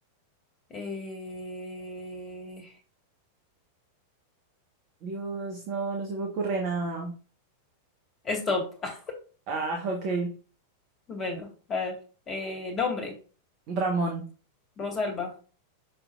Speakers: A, on the left; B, on the right.
A: eh,
B: Dios, no, no se me ocurre nada.
A: stop. <laughs>
B: Ah, ok.
A: Bueno, a ver. Eh, nombre,
B: Ramón,
A: Rosalba.